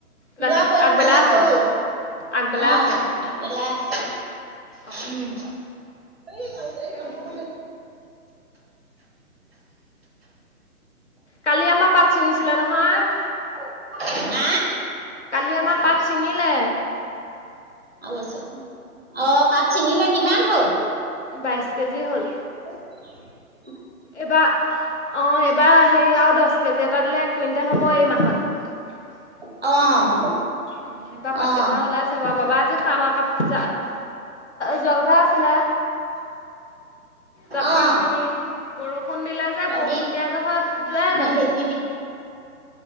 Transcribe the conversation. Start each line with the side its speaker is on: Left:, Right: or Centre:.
Left: ৰাতি
Right: লোৱা পক্ষালে
Left: আগবেলা আছে
Right: গ'ল।
Left: আগবেলা
Right: অ,
Left: আছে
Right: আকবেলা, আছে
Left: অ',
Right: উম। এই গাইছে
Left: তাকেহে
Right: এই গানখন।
Left: কালি আমাৰ পাত চিঙিছিলিলে নহয়।
Right: <unintelligible> হ?
Left: কালি আমাৰ পাট ছিঙিলে।
Right: আৰু আ অ পাট চিঙিলে, কিমান হল?
Left: বাইশ কেজি হ'ল।
Right: উ। <unintelligible>
Left: এইবাৰ অ এইবাৰ সেই আৰু দছ কেজি এটা দিলে এক কুইণ্টেল হ'ব এই মাহত। <unintelligible>
Right: অ'।
Left: অ এইবাৰ
Right: অ',
Left: পাত কেইটামান ওলাই আছে বাৰু বাবা আজি। খামাৰ <unintelligible> যোৱা কথা আছিলে। তাৰপা
Right: অ',
Left: হেই বৰষুণ দিলে যে
Right: ৰ'দী
Left: বৰষুণ দিয়া জহত যোৱাই
Right: মই
Left: নাই।
Right: হেৰি কৰি দিম